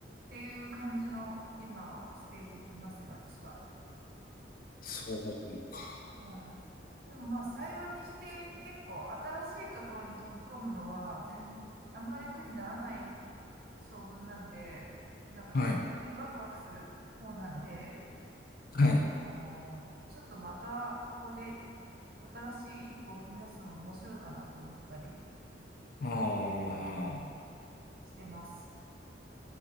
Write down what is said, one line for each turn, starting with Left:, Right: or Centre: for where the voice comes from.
Right: ていう感じの、今はステージにいますね、私は。
Left: そうか。
Right: まあ、でもまあ、幸いにして結構新しいところに飛び込むのは全、あんまり苦にならない性分なんで、なんか逆にワクワクする方なんで、
Left: はい。
Right: あのーちょっとまたここで
Left: はい。
Right: 新しい一歩を踏み出すのも面白いかなと思ったり、
Left: ああ、
Right: はい、してます。